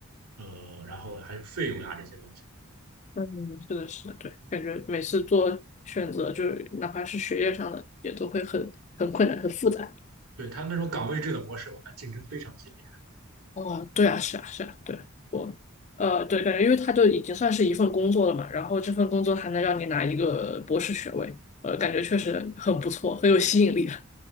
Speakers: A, on the right; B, on the left.
A: 呃，然后还有费用啊这些东西。
B: 嗯，是的，是的，对，感觉每次做选择，就是哪怕是学业上的，也都会很很困难，很复杂。
A: 对，他那种岗位制的模式，我看竞争非常激烈
B: 哦，对啊，是啊，是啊，对，我，呃，对，感觉因为它就已经算是一份工作了嘛，然后这份工作还能让你拿一个博士学位，呃，感觉确实很不错，很有吸引力。<laughs>